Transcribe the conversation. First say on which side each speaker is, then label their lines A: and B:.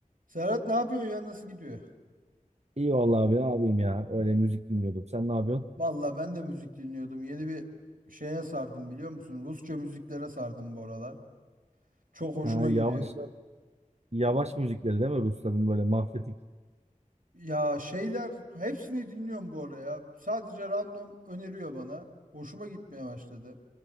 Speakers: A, on the right; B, on the right.
A: Serhat ne yapıyor ya? Nasıl gidiyor?
B: İyi vallahi abi abim ya. Öyle müzik dinliyordum. Sen ne yapıyorsun?
A: Valla ben de müzik dinliyordum. Yeni bir şeye sardım biliyor musun? Rusça müziklere sardım bu aralar. Çok hoşuma
B: Ha, yavaş
A: gidiyor.
B: yavaş müzikleri değil mi Rusların böyle mafyatik?
A: Ya şeyler hepsini dinliyorum bu ara ya. Sadece random öneriyor bana. Hoşuma gitmeye başladı.